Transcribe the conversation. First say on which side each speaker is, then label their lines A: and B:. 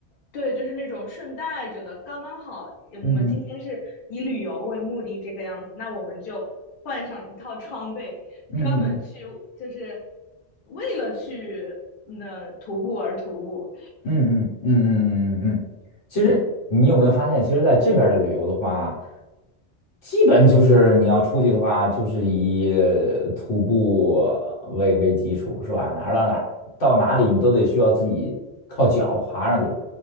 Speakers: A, on the left; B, on the left.
A: 对，就是那种顺带着的，刚刚好。
B: 嗯
A: 我们今天是以旅游为目的这个样子，那我们就换上一套装备，
B: 嗯嗯
A: 专门去就是为了去那、嗯徒步而徒步。
B: 嗯嗯嗯嗯嗯嗯嗯嗯嗯。其实你有没有发现，其实在这边儿的旅游的话，基本就是你要出去的话，就是以呃徒步为为基础，是吧？哪儿到哪儿，到哪里你都得需要自己靠脚爬上去。